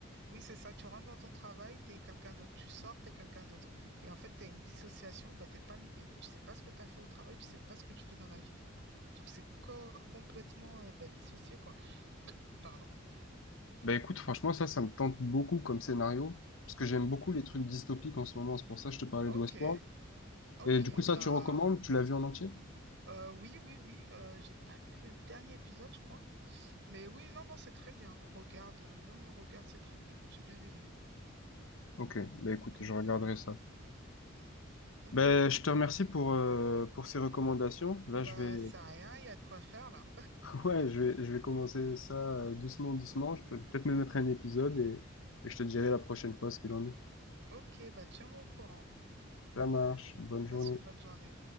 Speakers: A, on the right (about 60°); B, on the left (about 70°).
A: Oui, c'est ça. Tu rentres dans ton travail, t'es quelqu'un d'autre. Tu sors, t'es quelqu'un d'autre. Et en fait, t'as une dissociation, ben, t'es pas le même. Tu sais pas ce que t'as fait au travail, tu sais pas ce que tu fais dans la vie. Donc, c'est cor- complètement euh, ben, dissocié, quoi. <coughs> Pardon.
B: Bah écoute, franchement, ça, ça me tente beaucoup comme scénario, parce que j'aime beaucoup les trucs dystopiques en ce moment, c'est pour ça que je te parlais
A: Ok,
B: de Westworld.
A: ok,
B: Et du coup, ça,
A: bah
B: tu recommandes? Tu l'as vu en entier?
A: euh, oui, oui, oui, euh, j'ai pas vu le dernier épisode, je crois. Mais oui, non, non, c'est très bien. Regarde, euh, non, non, regarde, c'est très bien. J'ai bien aimé.
B: Ok, bah écoute,
A: Donc,
B: je
A: euh,
B: regarderai ça.
A: hmm, ok,
B: Ben, je te remercie pour, euh, pour ces recommandations. Là,
A: bah
B: je vais,
A: ça a rien, il y a de quoi faire là.
B: <laughs> ouais, je vais, je vais commencer ça euh, doucement, doucement. Je peux peut-être me mettre un épisode et, et je te dirai la prochaine fois ce qu'il en est.
A: Ok, bah tiens-moi au courant.
B: Ça marche, bonne journée.
A: Passe une bonne journée.